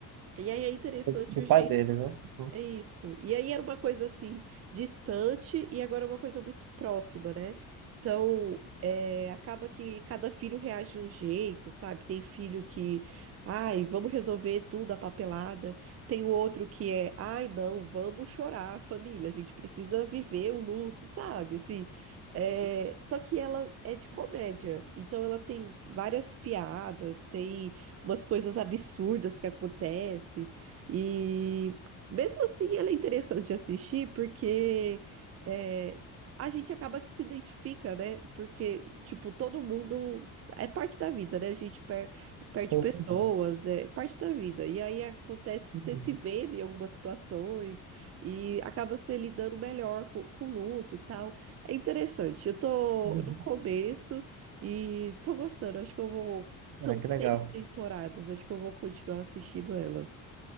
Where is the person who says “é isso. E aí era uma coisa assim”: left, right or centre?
Right